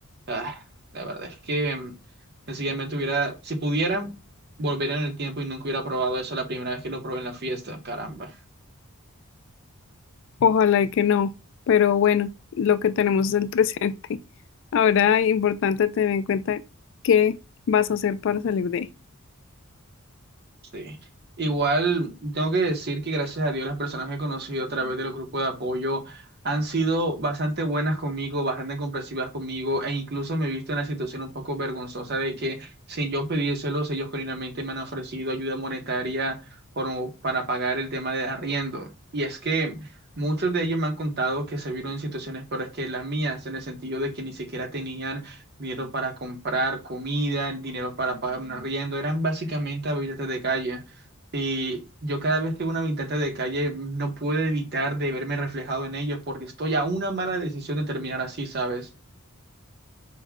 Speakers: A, on the right; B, on the left.
A: Ah, la verdad es que mm, sencillamente hubiera, si pudiera, volver en el tiempo y nunca hubiera probado eso la primera vez que lo probé en la fiesta, caramba.
B: Ojalá y que no, pero bueno, lo que tenemos es el presente. Ahora, importante tener en cuenta qué vas a hacer para salir de ahí.
A: Sí. Igual tengo que decir que gracias a Dios las personas que he conocido a través de los grupos de apoyo han sido bastante buenas conmigo, bastante comprensivas conmigo e incluso me he visto en la situación un poco vergonzosa de que sin yo pedírselos, ellos genuinamente me han ofrecido ayuda monetaria por- para pagar el tema de arriendo. Y es que muchos de ellos me han contado que se vieron en situaciones peores que las mías, en el sentido de que ni siquiera tenían dinero para comprar comida, dinero para pagar un arriendo, eran básicamente habitantes de calle. Y yo cada vez que veo un habitante de calle no puedo evitar de verme reflejado en ellos porque estoy a una mala decisión de terminar así, ¿sabes?